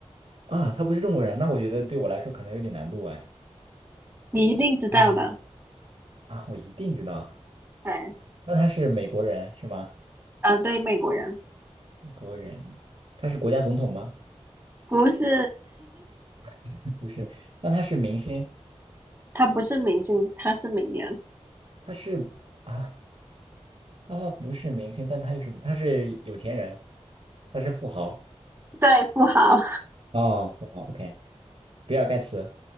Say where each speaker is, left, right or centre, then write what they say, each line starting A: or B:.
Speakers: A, on the right; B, on the right.
A: 啊，他不是中国人，那我觉得对我来说可能有点难度哎。
B: 你一定知道的，
A: 嗯啊，我一定知道。
B: 对，
A: 那他是美国人是吗？
B: 啊，对，美国人，
A: 美国人，他是国家总统吗？
B: 不是，
A: <laughs> 不是。那他是明星？
B: <laughs> 他不是明星，他是名人，
A: 他是啊，啊，不是明星，但他又是他是有钱人，他是富豪。
B: 对，富豪，
A: 哦，富豪。OK，比尔盖茨、